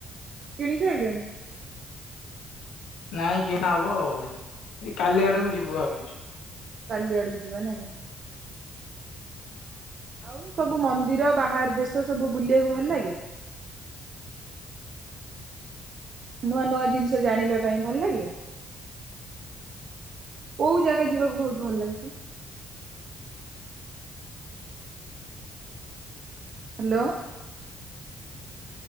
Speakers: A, on the right; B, on the left.
A: କିଣି ସାରିଲେଣି?
B: ନାଇଁ କିଣାହବ ଆଉ ଏ କାଲି ଆଡ଼କୁ ଯିବୁ ଭାବିଛୁ?
A: କାଲି ଆଡ଼କୁ ଯିବ ନାଇଁ? ହଁ। ଆଉସବୁ ମନ୍ଦିର ବାହାର ଦେଶ ସବୁ ବୁଲିବାକୁ ଭଲ ଲାଗେ? ନୂଆ ନୂଆ ଜିନିଷ ଜାଣିବା ପାଇଁ ଭଲଲାଗେ? କୋଉଜାଗା ଯିବାକୁ ବହୁତ୍ ଭଲ ଲାଗୁଚି? ହ୍ୟାଲୋ।